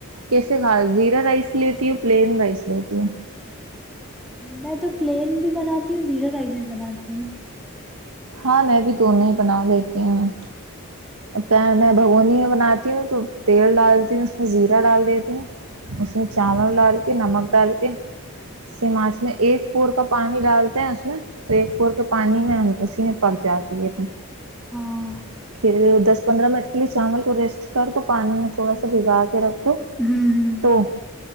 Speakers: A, on the right; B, in the centre.
A: کیسے کھا زیرا رائس لیتی ہ پلین رائس لیتی ہ
B: میں تو پلین بھی بناتی ہوں زیرو رائس بھی بناتی ہوں
A: ہاں میں بھی دونوں ہی بنا لیتی ہوں پ
B: اور
A: میں بھگونی میں بناتی ہوں <unintelligible> تو تیل ڈالتی ہوں اس میں زیرہ ڈال دیتی ہوں اس میں چاول ڈال کے نمک ڈال کے سمانچ میں ایک پور کا پانی ڈالتے ہیں اس میں تو ایک پور کے پانی میں اس <unintelligible> پک جاتی ہے تو
B: ہاں
A: ک دس پندرہ منٹ <unintelligible> الی چاول کو ریسٹ کر دو پانی میں تھوڑا سا بھگا کے رکھ <unintelligible> تو
B: ہوں
A: تو